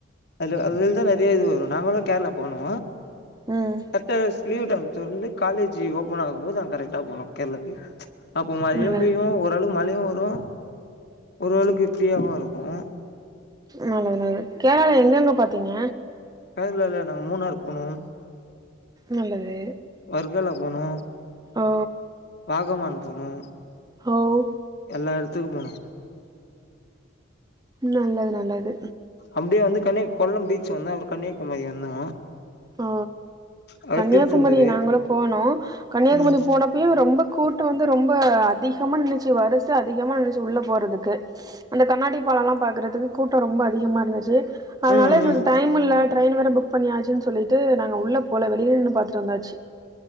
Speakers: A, on the left; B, on the right.
A: அது அதுல தா நறைய இது வரு நாங்கலு கேரளா போனோ
B: ம்
A: கர்ட்டா லீவ் டைம் தொர்ந்து காலேஜி ஓபன் ஆகம்போது நாங்க கரெக்ட்டா போனோம் கேரளாக்கு அப்போ மல
B: நல்லது
A: பெயு ஓரளவுக்கு மழையு வரு ஓரளவுக்கு ஃப்ரீயாவு இருக்கு
B: நல்லது நல்லது கேரளால எங்கங்க பாத்தீங்க
A: கேரளால நாங்க மூணார் போனோம்
B: நல்லது
A: வர்க்கலா போனோ
B: ஓ
A: வாகமான் போனோ
B: ஓ
A: எல்லா எடத்துக்கும் போனோ
B: நல்லது நல்லது
A: அப்டியே வந்து கன்னியா கொல்லம் பீச் வந்தோ அப்புறோ கன்னியாகுமரி வந்தோ
B: ஆ
A: அப்றோ
B: கன்னியாகுமரி
A: திருச்செந்தூரு
B: நாங்களு போனோ கன்னியாகுமரி
A: ம்
B: போனப் இப்பயு ரொம்ப கூட்டோ வந்து ரொம்ப அதிகமா நின்னுச்சு வருச அதிகமா நின்னுச்சு உள்ள போறதுக்கு அந்த கண்ணாடி பாலோல்லா பாக்கறதுக்கு கூட்டோ ரொம்ப அதிகமாருந்துச்சு அதனால
A: ம்
B: எங்களுக்கு
A: ம்
B: டைமில்ல ட்ரெயின் வேற புக் பண்ணியாச்சுன்னு சொ சொல்லிட்டு நாங்க உள்ள போல வெளிய நின்னு பாத்துட்டு வந்தாச்சி